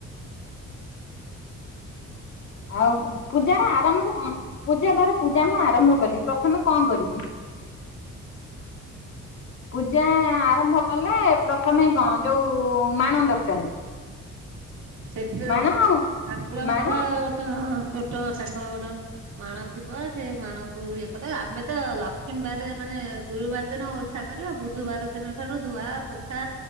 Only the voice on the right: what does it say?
ସେଟେ
ସେ ଠାକୁରଙ୍କର
ଗୋଟେ ହଁ ଛୋଟ ତାଙ୍କର ଗୋଟ ମାଣ ଥିବ ସେ ମାଣକୁ ଇଏ କର ଆମେ ତ ଲକ୍ଷ୍ମୀବାର ମାନେ ଗୁରୁବାର ଦିନ ଓଷା କରିବା ବୁଧବାର ଦିନ ଠାରୁ ଧୁଆ ପୋଛା